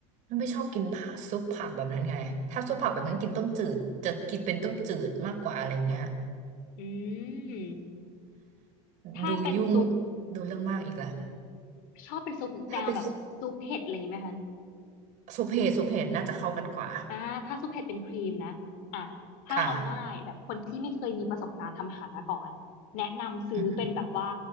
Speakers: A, on the right (about 50°); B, on the left (about 60°).
A: นุ่นไม่ชอบกินผักซุปผักแบบนั้นไง ถ้าซุปผักแบบนั้นกินต้มจืดจะกินเป็นต้มจืดมากกว่าอะไรเงี้ย
B: อืมถ้าเป็นซุป
A: ดูยุ่งดูเรื่องมากอีกแล้ว
B: ชอบเป็นซุปแนวแบบซุปเผ็ดอะไรอย่างนี้ไหมคะ
A: ถ้าเป็นซุปเห็ดซุปเห็ดน่าจะเข้ากันกว่า
B: อ่าถ้าซุปเผ็ดเป็นครีมนะอ่ะถ้าเอาง่ายแบบคนที่ไม่เคยมีประสบการณ์ทำอาหารมาก่อนแนะนำซื้อเป็นแบบว่า
A: ค่ะอืม